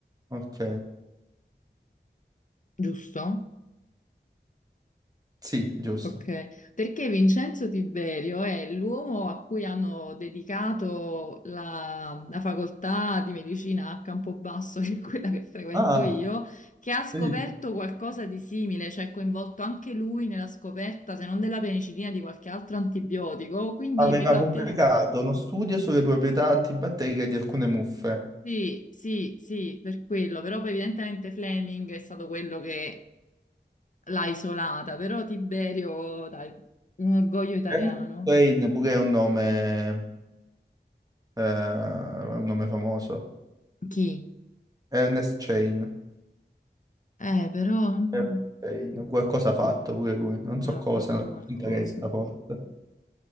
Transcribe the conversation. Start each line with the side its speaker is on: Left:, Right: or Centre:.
Right: Ok,
Left: giusto?
Right: sì, giusto.
Left: Ok, perché Vincenzo Tiberio è l'uomo a cui hanno dedicato la, la facoltà di medicina a Campobasso, <laughs> che è quella che frequento
Right: Ah,
Left: io, che ha scoperto
Right: vedi,
Left: qualcosa di simile, cioè è coinvolto anche lui nella scoperta, se non della penicillina, di qualche altro antibiotico. Quindi
Right: aveva
Left: mi fa
Right: pubblicato
Left: piacere.
Right: uno studio sulle proprietà antibatteriche di alcune muffe.
Left: Sì, sì, sì, per quello, però poi evidentemente Fleming è stato quello che l'ha isolata, però Tiberio, dai, un orgoglio italiano.
Right: Ernest Wayne pure è un nome, eh, un nome famoso.
Left: Chi?
Right: Ernest Chain.
Left: Eh, però mm,
Right: Ernest Chain, Qualcosa ha fatto pure lui. Non so
Left: avrà
Right: cosa,
Left: fatto
Right: non
Left: qualcosa.
Right: ci interessa forse.